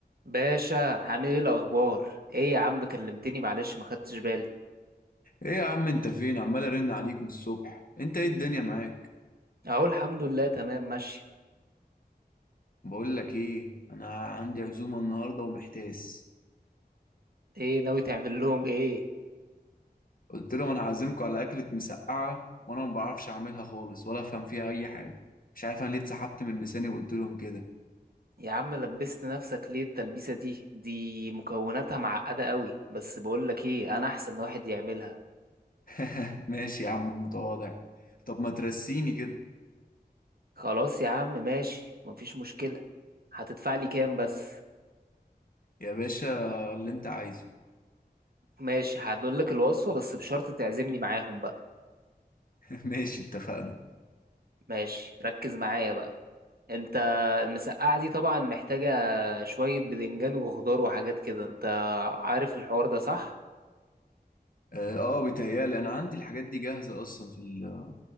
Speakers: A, on the right; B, on the left.
A: باشا عامل ايه الاخبار ايه يا عم كلمتني معلش ما خدتش بالي
B: ايه يا عم انت فين عمال ارن عليك من الصبح انت ايه الدنيا معاك
A: اهو الحمد لله تمام ماشي
B: بقول لك ايه انا عندي عزومه النهارده ومحتاس
A: ايه ناوي تعمل لهم ايه
B: قلت لهم انا عازمكم على اكله مسقعه وانا ما بعرفش اعملها خالص ولا افهم فيها اي حاجه مش عارف انا ليه اتسحبت من لساني وقلت لهم كده
A: يا عم لبست نفسك ليه التلبيسة دي دي مكوناتها معقدة قوي بس بقول لك ايه انا احسن واحد يعملها
B: <laughs> ماشي يا عم المتواضع طب ما ترسيني كده
A: خلاص يا عم ماشي مفيش مشكلة هتدفع لي كام بس
B: يا باشا اللي انت عايزه
A: ماشي هقول لك الوصفة بس بشرط تعزمني معاهم بقى
B: <laughs> ماشي اتفقنا
A: ماشي ركز معايا بقى انت المسقعة دي طبعا محتاجة شوية بدنجان وخضار وحاجات كده انت عارف الحوار ده صح؟
B: اه آه، بيتهيالي انا عندي الحاجات دي جاهزه اصلا في ال...